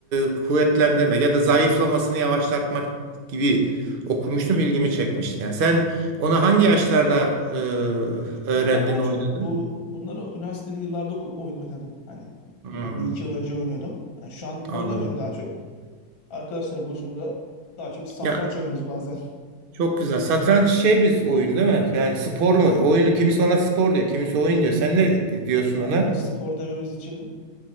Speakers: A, on the right; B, on the left.
A: e, kuvvetlendirmek ya da zayıflamasını yavaşlatmak gibi okumuştum. ilgimi çekmişti. Yani sen onu hangi yaşlarda e, öğrendin,
B: Ya ben daha
A: oynadın?
B: çok bu bunları üniversiteli yıllarda okul oy- oynadım. Hani
A: Hmm,
B: bundan bir iki yıl önce oynuyordum. Yani şu an
A: anladım.
B: oynamıyorum daha çok. Arkadaşlarla buluşunca daha çok satranç
A: Ya
B: oynuyoruz bazen. <laughs>
A: Çok güzel. Satranç şey bir oyun değil mi? Yani spor mu? Oyunu kimisi ona spor diyor, kimisi oyun diyor. Sen ne diyorsun
B: Ya
A: ona?
B: buna spor dememiz için